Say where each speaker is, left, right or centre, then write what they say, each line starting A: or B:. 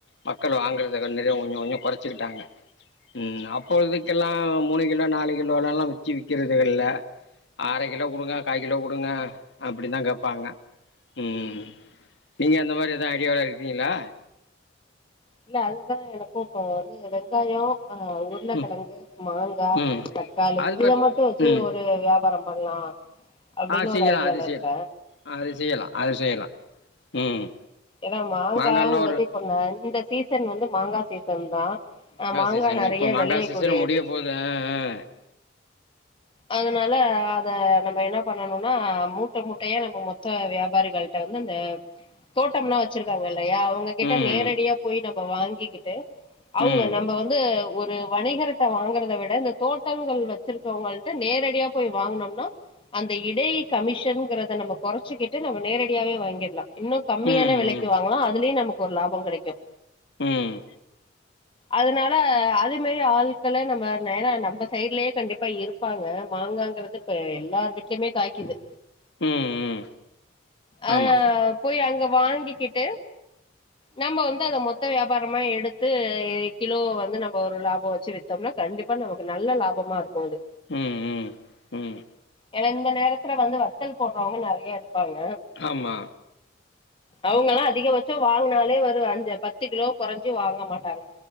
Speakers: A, on the left; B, on the left.
A: மக்கள் வாங்கறது கண்டது கொஞ்சொ கொஞ்சொ கொறச்சுகிட்டாங்க ம் அப்பொழுதுகெலா மூணு கிலோ நாலு கிலோலலாலா வச்சு விக்கிறதுகில்ல அர கிலோ குடுங்க கா கிலோ குடுங்க அப்டின்தா கேபாங்க ம் நீங்க அந்த மாரி எது ஐடியால இருக்கீங்ளா
B: இல்ல அதுதா எனக்கு இப்போ வந்து வெங்காயோ ஆ உருளகெழங்கு
A: ம்
B: மாங்கா
A: ம்
B: தக்காளி
A: அது
B: இத
A: பர்
B: மட்டு வச்சு
A: ம்
B: ஒரு வியாபாரம் பண்லா அப்டினு
A: ஆ செய்யலா
B: ஒரு ஐடியால
A: அது செய்யலா
B: இருக்கே
A: அது செய்யலா அது செய்யலா ம்
B: ஏனா மாங்காங்குறது
A: மாங்கால்லா ஒரு
B: இப்பண்ண இந்த சீசன் வந்து மாங்கா சீசன் தா ஆ மாங்கா
A: சீசன்
B: நெறய
A: இப்ப மாங்கா
B: வெளய
A: சீசன்
B: கூடியது
A: முடிய போது ஆ ஆ
B: அதுனால அத நம்ப என்ன பண்ணணுனா மூட்ட மூட்டயா நம்ப மொத்த வியாபாரிகள் டம் இந்த தோட்டம்லா வச் வச்ருகாங்கல்லயா அவுங்ககிட்ட
A: ம்
B: நேரடியா போயி நம்ப வாங்கிகிட்டு அவ்ங்க
A: ம்
B: நம்ப வந்து ஒரு வணிகர்ட வாங்கறத விட இந்த தோட்டங்கள் வச்சிருக அவ்ங்கள் நேரடியா போய் வாங்னோம்னா அந்த இடை கமிஷன்ங்றத நம்ப கொறச்சிகிட்டு நம்ம நேரடியாவே வாங்கிற்லா இன்னு கம்மியான
A: ம்
B: வெலக்கு
A: ம்
B: வாங்லா அதுலயு நமக்கு ஒரு லாப கெடக்கு
A: ம் ம்
B: அதனால அதே மெரி ஆள்கள நம்ம ஏனா நம்ப சைடுலே கண்டிப்பா இருப் பாங்க மாங்காங்றது இப்ப எல்லார் வீட்லய்மே காக்கிது
A: ம் ம்
B: அ
A: ஆமா
B: ஆ போயி அங்க வாங்கிக்கிட்டு நம்ப வந்து அத மொத்த வியாபாரமா எடுத்து கிலோ வந்து நம்போ ஒரு லாப வச்சி வித் தோம்னா கண்டிப்பா நமக்கு நல்ல லாபமாருக்கு அது
A: ம் ம் ம்
B: ஏனா இந்த நேரத்துல வந்து வத்தல் போடுறவங்க நெறய இருப்பாங்க
A: ஆமா
B: அவ்ங்லா அதிகபட்ச வாங்னாலே ஒரு அஞ்சப் பத்து கிலோ கொறஞ்சி வாங்க மாட்டாங்க